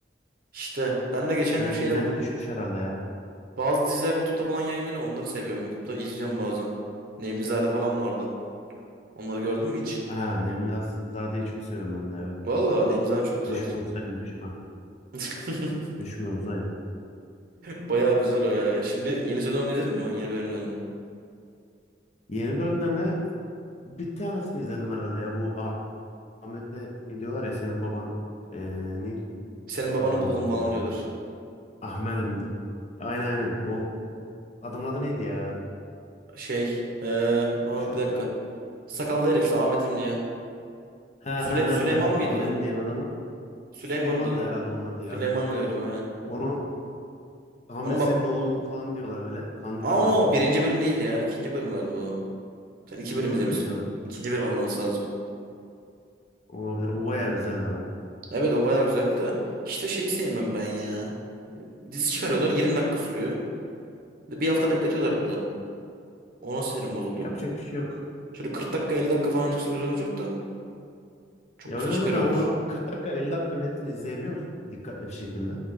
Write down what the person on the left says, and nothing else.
Evet
internete düşmüş herhalde ya.
Ha, Nemlizade'yi çok seviyorum ben de evet.
Düşme uzayım düşme.
Düşme uzayım.
Yeni bölümlerine bir tanesini izledim herhalde ya. Bu Ah- Ahmet'e şey diyorlar ya senin baban. Ee, neydi
o adamın
adı
ya?
Ahmet'im diye. Aynen aynen. O adamın adı neydi ya?
Şu
ha
ha
ha ha.
Ahmet'im diyen adamı.
Süleyman da herhalde onun adı
ya.
Onu Ahmet
senin oğlun falan diyorlar böyle. Kandırıyorlar.
İkinci
bölüm
müydü o?
Olabilir. O bayağı güzeldi ama.
Yapacak bir şey yok.
Ya
öyle
oluyordu ama onu 40 dakika 50 dakikanın hepsini izleyebiliyor musun? Dikkatli bir şekilde.